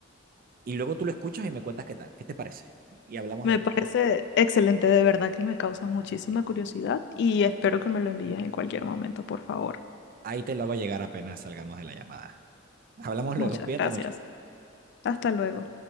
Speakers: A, on the right; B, on the left.
A: y luego tú lo escuchas y me cuentas qué tal, qué te parece. Y y hablamos
B: Me
A: después.
B: parece excelente, de verdad que me causa muchísima curiosidad y espero que me lo envíes en cualquier momento, por favor.
A: Ahí te lo hago llegar apenas salgamos de la llamada. Hablamos
B: Muchas
A: luego, cuídate
B: gracias.
A: mucho.
B: Hasta luego.